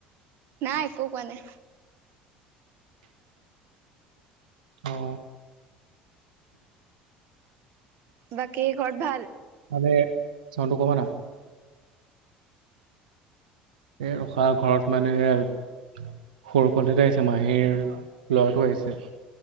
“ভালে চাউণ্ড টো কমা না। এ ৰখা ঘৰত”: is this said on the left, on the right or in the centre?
Right